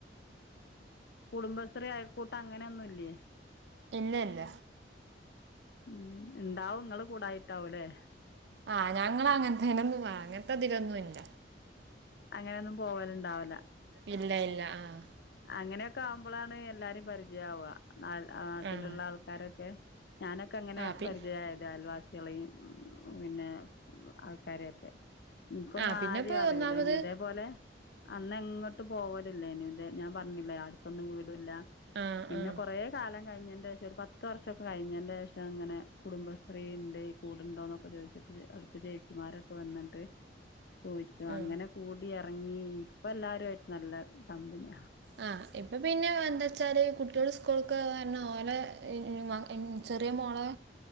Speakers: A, on the left; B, on the right.
A: കുടുംബശ്രീ അയൽക്കൂട്ട അങ്ങനെയന്നുല്ലേ?
B: ഇല്ല ഇല്ല
A: ഉം ഇണ്ടാവും ങ്ങള് കൂടായിട്ടാവൂല്ലേ?
B: ആഹ് ഞങ്ങളാ അങ്ങൻത്തെയ്നൊന്നും അങ്ങൻത്തെതിലൊന്നുല്ല
A: അങ്ങനെന്നും പോവല്ണ്ടാവ് ല്ല
B: ഇല്ല ഇല്ല ആഹ്
A: അങ്ങനെയൊക്കെ ആഉമ്പളാണ് എല്ലാരേം പരിചയാവ. നാ ആട്ടിലുള്ള
B: ആഹ്
A: ആൾക്കാരൊക്കെ ഞാനൊക്കെ അങ്ങനെ
B: ആഹ് പിൻ
A: പരിചയായതാ അയൽവാ സെളീം പിന്നെ ആൾക്കാരെക്കെ ഇൻക്കൊന്നും
B: ആഹ് പിന്നെപ്പോ
A: ആരി അറീലേഞ്
B: ഒന്നാമത്
A: ഇതേപോലെ അന്നെങ്ങട്ടും പോവലില്ലേഞ് ഇതെ ഞാൻ പർ ഞ്ഞില്ലേ അട്തൊന്നും വീടില്ല
B: ആഹ്
A: പിന്നെ
B: ആഹ്
A: കൊറേ കാലം കഴിഞ്ഞന്റെശം ഒരു പത്ത് വർഷംക്കെ കഴിഞ്ഞന്റെശം അങ്ങനെ കുടുംബശ്രീണ്ട് കൂടുണ്ടോന്നൊക്കെ ചോയ്ച് അടുത്ത ചേച്ചിമാരൊക്കെ വന്നട്ട് ചോയ്ചു
B: ഉം
A: അങ്ങനെ കൂടി ഇറങ്ങി ഇപ്പ എല്ലാരു ആയിട്ട് നല്ല കമ്പനി
B: ആഹ് ഇപ്പൊ പിന്നെ എന്താച്ചാല് കുട്ട്യേൾ സ്കൂൾകോവാർഞാ ഓലെ <unintelligible> ചെറിയ മോളേ